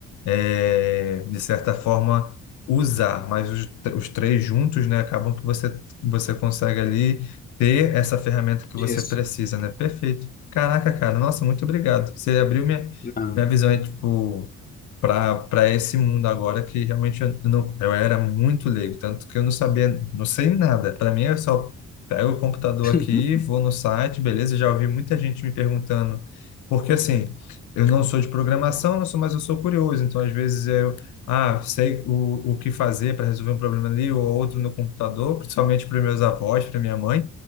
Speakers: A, on the left; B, on the left.
A: eh, de certa forma, usar, mas os, tr- os três juntos, né? Acabam que você, você consegue ali ter essa ferramenta que
B: Isso.
A: você precisa, né? Perfeito. Caraca, cara, nossa, muito obrigado. Você abriu minha,
B: Ah.
A: minha visão, é tipo para para esse mundo agora que realmente eu, não, eu era muito leigo, tanto que eu não sabia, não sei nada. Para mim, eu só pego o computador
B: <laughs>
A: aqui, vou no site, beleza? Já ouvi muita gente me perguntando, porque assim, eu não sou de programação, não sou, mas eu sou curioso, então às vezes eu. Ah, sei o, o que fazer para resolver um problema ali ou outro no computador, principalmente para meus avós, para minha mãe,